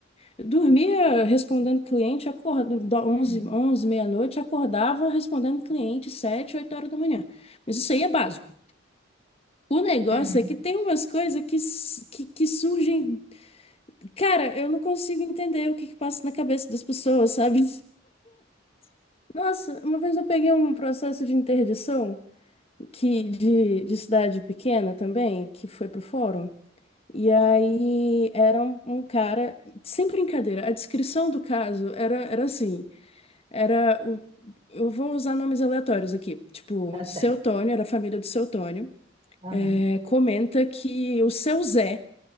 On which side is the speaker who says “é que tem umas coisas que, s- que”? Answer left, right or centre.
Left